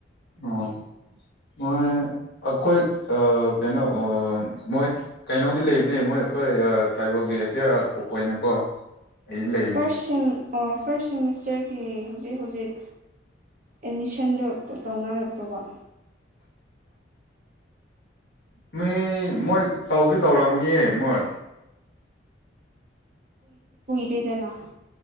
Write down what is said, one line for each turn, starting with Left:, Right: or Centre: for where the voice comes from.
Left: ꯑꯣ ꯍꯣꯢ ꯑꯈꯣꯏ ꯑꯥ ꯀꯩꯅꯣ ꯑꯥ ꯃꯣꯏ ꯀꯩꯅꯣꯗꯤ ꯂꯩꯕꯅꯦ ꯃꯣꯏ ꯑꯩꯈꯣꯏ ꯇ꯭ꯔꯥꯏꯕꯦꯜꯒꯤ ꯑꯦꯐꯤꯌꯥꯔ ꯑꯣꯏꯅꯀꯣ ꯑꯩꯗꯤ ꯂꯩꯕꯅꯦ
Right: ꯐꯥꯔ꯭ꯁ ꯁꯦꯝ ꯐꯥꯔ꯭ꯁ ꯁꯦꯃꯤꯁꯇꯔꯒꯤ ꯍꯨꯖꯤꯛ ꯍꯨꯖꯤꯛ ꯑꯦꯠꯃꯤꯁꯟꯗꯣ ꯇꯧꯅꯔꯕꯣꯕ
Left: ꯃꯤ ꯃꯣꯏ ꯇꯧꯗꯤ ꯇꯧꯔꯝꯒꯅꯤꯌꯦ ꯃꯣꯏ
Right: ꯄꯤꯗꯅ